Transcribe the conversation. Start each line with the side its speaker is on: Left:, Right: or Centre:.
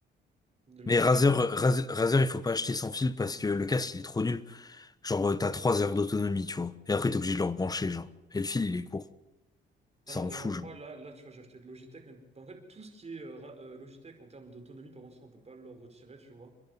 Right: Le Logitech.
Left: Mais Razer,
Right: c'est-
Left: Razer, Razer, il faut pas acheter sans fil parce que le casque, il est trop nul. Genre, euh, t'as 3 heures d'autonomie, tu vois. Et après, t'es obligé de le rebrancher, genre. Et le fil, il est court. Ça
Right: Ah non,
Left: en
Right: vraiment,
Left: fout,
Right: moi
Left: genre.
Right: là, là, tu vois, j'ai acheté le Logitech, mais en fait, tout ce qui est euh, ra- euh, Logitech en termes d'autonomie, par contre, ça, on peut pas le retirer, tu vois.